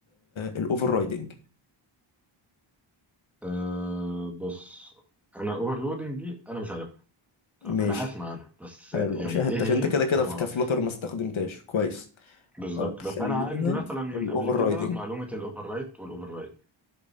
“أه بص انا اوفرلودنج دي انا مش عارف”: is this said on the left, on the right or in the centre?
Centre